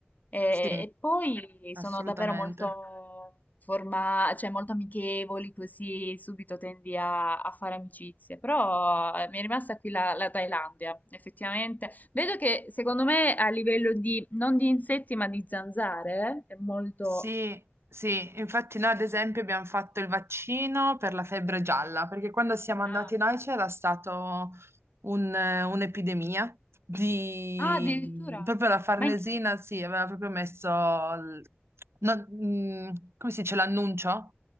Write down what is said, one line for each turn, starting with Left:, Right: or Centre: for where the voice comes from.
Left: e,
Right: sì,
Left: e poi
Right: assolutamente.
Left: sono davvero molto forma- cioè molto amichevoli, così subito tendi a, a fare amicizie. Però eh, mi è rimasta qui la, la Thailandia, effettivamente. Vedo che secondo me a livello di, non di insetti, ma di zanzare, eh, è molto...
Right: Sì, sì, infatti noi ad esempio abbiamo fatto il vaccino per la febbre gialla, perché quando siamo andati
Left: Ah,
Right: noi c'era stato un- eh, un'epidemia di...
Left: ah, addirittura.
Right: mm, proprio la Farnesina,
Left: Ma in...
Right: sì, aveva proprio messo, il- no, mm, come si dice, l'annuncio?